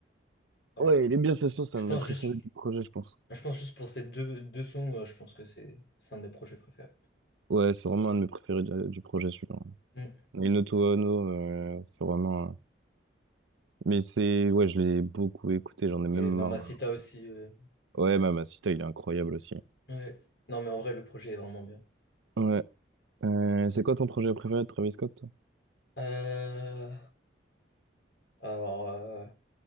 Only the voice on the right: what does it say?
Ouais, il est bien, ce son, c'est
un
de mes préférés
du projet, je pense.
Ouais, c'est vraiment un de mes préférés du, du projet, celui-là.
9021, euh, c'est vraiment. un- Mais c'est. Ouais, je l'ai beaucoup écouté, j'en ai
même
marre.
Ouais, Mamacita, il est incroyable aussi.
Ouais. Euh, c'est quoi ton projet préféré de Travis Scott, toi?